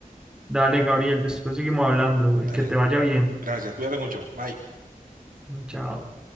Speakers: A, in the centre; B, on the right.
A: Dale, Gabriel, después seguimos hablando. eh,
B: Dale,
A: Que te vaya bien.
B: gracias, cuídate mucho. Bye.
A: Chao.